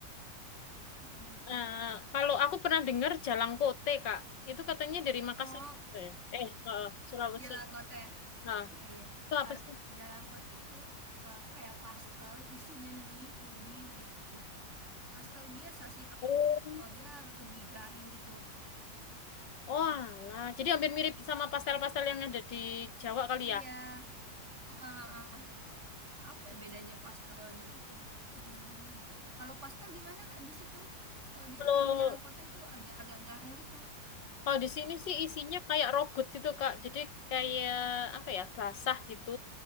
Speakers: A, on the right (about 40°); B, on the left (about 75°).
A: hmm.
B: Eh, kalau aku pernah dengar Jalangkote Kak. Itu katanya dari Makassar.
A: Oh,
B: juga ya eh, eh, Sulawesi.
A: jalan kote.
B: Nah,
A: Iya, iya.
B: itu
A: Kalau
B: apa sih?
A: jalan kote itu eh, kayak pastel, isinya mie, ubi gitu. Pastel biasa sih, tapi
B: Oh.
A: oh, dia lebih garing gitu.
B: Oh,
A: Heeh.
B: alah. Jadi hampir mirip sama pastel-pastel yang ada di Jawa kali
A: Iya.
B: ya.
A: Heeh, heeh. Apa ya bedanya pastel di situ dengan ini? Kalau pastel gimana Kak di situ? Kalau di
B: Kalau
A: sini sih jalan kota itu agak-agak garing gitu.
B: kalau di sini sih isinya kayak rogut gitu, Kak. Jadi kayak apa ya? Basah gitu.